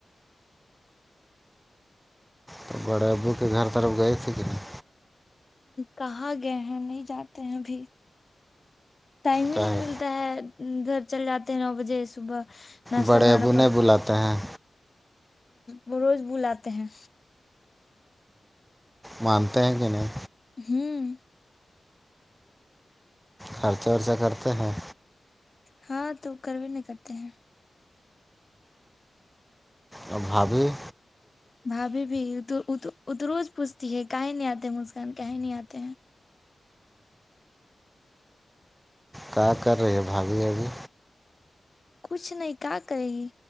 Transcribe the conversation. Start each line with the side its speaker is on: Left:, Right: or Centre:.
Centre: تو بڑے ابو کے گھر طرف گئے تھے کہ نہیں
Left: کہاں گئے ہیں نہیں جانے ہیںب ٹائم ہی
Centre: کا
Left: نہیں
Centre: ہے
Left: ملتا ہے گھر چل جاتے ہیں نو بجے صبح ناشتہ
Centre: بڑے
Left: بنانا
Centre: ابونے بلاتے ہیں
Left: ہ روز بلاتے ہیں
Centre: مانتے ہیں کہ نہیں
Left: ہوں
Centre: خرچہ رچہ کرتے ہیں
Left: ہاں تو کروے نہیں کرتے ہیں
Centre: اباب
Left: بھاابھی بھی اتروج پوچھتی ہے کہیں نہیں آتے مسکان کہیں نہیں آتے ہیں
Centre: کیا کر رہی ہے بھاابھی ابھی
Left: کچھ نہیں کیا کرے گی